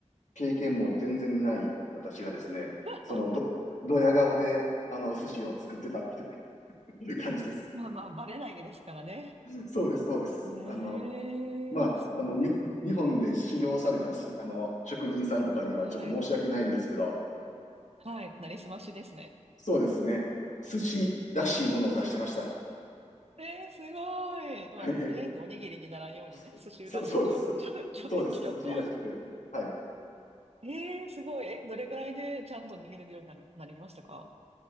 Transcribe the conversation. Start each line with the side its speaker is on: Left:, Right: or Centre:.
Left: 経験も全然ない私がですね、
Right: <laughs>
Left: そのど、ドヤ顔で、あの、寿司を作ってたっていう感じです。
Right: まあまあ、バレないですからね。
Left: そうです、そうです。
Right: ええそうなん
Left: あの、まあ、あの、に、日本で修行されたす、あの、職人さんとかにはちょっと申し訳ないんですけど、
Right: だ。はい。はい。なりすましですね。
Left: そうですね、寿司らしいものを出してました。
Right: <laughs> うんえー、すごい。まあ、
Left: はい。
Right: もうとりあえずおにぎりにならんようにね、
Left: <laughs>
Right: 寿司らしく、
Left: そう、そうです。
Right: <laughs> ちょ、ちょ、
Left: そうです。
Right: ちょっと。
Left: 寿司らしく。はい。
Right: えー、すごい。えどれぐらいでちゃんと握れるようになる、なりましたか